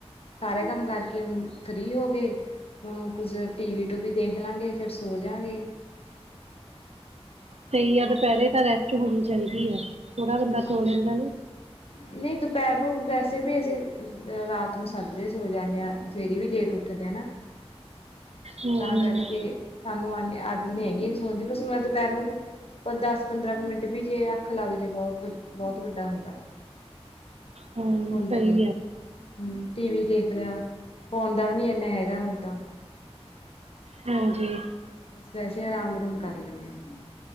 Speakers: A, on the left; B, on the right.
A: ਸਾਰੇ ਕੰਮ ਕਰਕੇ ਹੁਣ ਫ੍ਰੀ ਹੋ ਗਏ, ਹੁਣ ਕੁਝ ਟੀਵੀ ਟੂਵੀ ਦੇਖ ਲਾਂਗੇ ਫਿਰ ਸੋ ਜਾਂਗੇ।
B: ਤੇ ਆ ਦੁਪਹਿਰੇ ਤਾਂ ਰੈਸਟ ਹੋਣੀ ਚਾਹੀਦੀ ਆ। ਥੋੜਾ ਬੰਦਾ ਸੋ
A: ਹਾਂ,
B: ਲੈਂਦਾ ਨਾ।
A: ਨਹੀਂ ਦੁਪਹਿਰ ਨੂੰ ਵੈਸੇ ਵੀ ਅਸੀਂ ਰਾਤ ਨੂੰ ਸਾਜਰੇ ਸੌ ਜਾਂਨੇ ਆਂ ਸਵੇਰੇ ਵੀ ਲੇਟ ਉੱਠਦੇ ਆਂ ਨਾ।
B: ਹੂੰ
A: ਤਾਂ ਕਰਕੇ ਸਾਨੂੰ ਐਨੀ ਆਦਤ ਨੀ ਹੈਗੀ ਨ ਸਣਦੀ ਬਸ ਮੈਂ ਦੁਪਹਿਰ ਨੂੰ ਦਸ ਪੰਦਰਾਂ ਕੁ ਮਿੰਟ ਵੀ ਜੇ ਅੱਖ ਲੱਗ ਜੇ ਬਹੁਤ ਬਹੁਤ ਵੱਡਾ ਹੁੰਦਾ।
B: ਹੂੰ
A: ਸੌਦੇ
B: ਸਹੀ
A: ਨੇ
B: ਐ।
A: ਹੂੰ, ਟੀ ਵੀ ਦੇਖ ਲਿਆ ਫੋਨ ਦਾ ਵੀ ਨੀ ਇੰਨਾ ਹੈਗਾ ਹੁਣ ਤਾਂ।
B: ਹਾਂਜੀ।
A: ਬਸ ਵੈਸੇ ਆਰਾਮ ਆਰੂਮ ਕਰ ਲੈਂਨੇ ਆਂ।